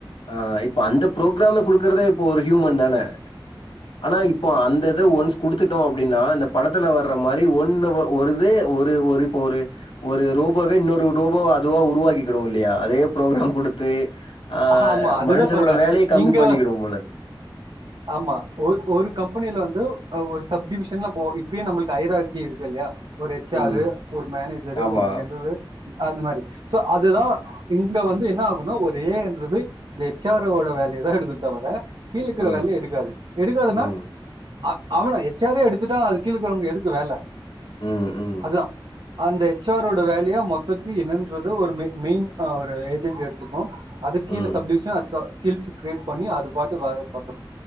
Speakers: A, on the left; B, on the right.
A: ஆ இப்ப அந்த ப்ரோக்ராம குடுக்குக்கறதே இப்போ ஒரு ஹியூமன் தானே ஆனா இப்போ அந்த இத ஒன்ஸ் குடுத்துட்டோம் அப்டின்னா இந்த படத்துல வர்ற மாரி ஒன்னு ஒருதே ஒரு ஒரு இப்ப ஒரு ஒரு ரோபோவே இன்னொரு ரோபோவ அதுவா உருவாக்கிக்கிடும் இல்லையா அதே புரோக்ராம் குடு குடுத்து ஆ
B: ஆஹ் ஆமா அதுதான்
A: மனுஷனோட
B: சொல்றேன்
A: வேலைய கம்மி
B: இங்க
A: பண்ணிக்கிடும் போல இருக்கு.
B: ஆமா ஒரு ஒரு கம்பெ கம்பெனில வந்து ஒரு சப் டிவிஷன்லா போ இப்பயே நம்மளுக்கு ஐ ஆக்கி இருக்கு இல்லையா ஒரு எச்
A: ம்.
B: ஆரு ஒரு மேனேஜரு
A: ஆமா.
B: ஒரு ஜென்ரலு அதுமாரி சோ அதுதான் இங்க வந்து என்ன ஆகும்னா ஒரே என்னது எச் ஆரோட வேலய தான் எடுத்து த வர கீழ இருக்குற
A: ம்.
B: வெள்ளய எடுக்காது எடுக்காதுன்னா
A: ம்.
B: அஹ் ஆவன எச் ஆரே எடுத்துட்டா அது கீழக்குறவங்க எதுக்கு வேல
A: ம். ம்.
B: அதுதான் அந்த எச் ஆரோட வேலையா மொத்தத்து என்னன்றது ஒரு மெயின் ஒரு ஏஜென்ட் எடுத்துக்கும் அதுக்கு கீழ
A: ம்.
B: சப்டிவிஷன் <inaudible> ஸ்கில்ஸ் க்ரியேட் பண்ணி அது பாட்டு வ பாத்துோம்